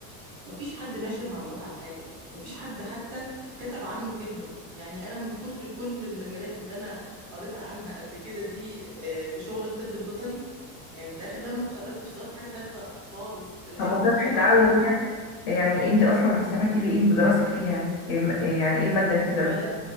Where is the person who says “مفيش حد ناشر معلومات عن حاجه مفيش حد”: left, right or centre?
Right